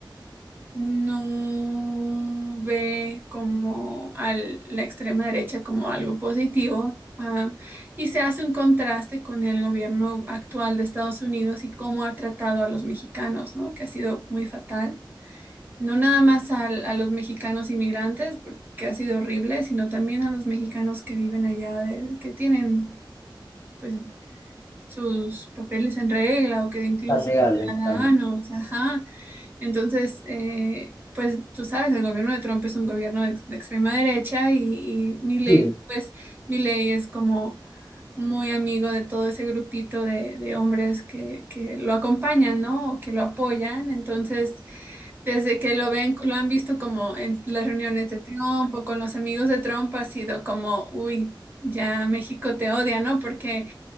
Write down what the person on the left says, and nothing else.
Tan legales,
claro.
Sí,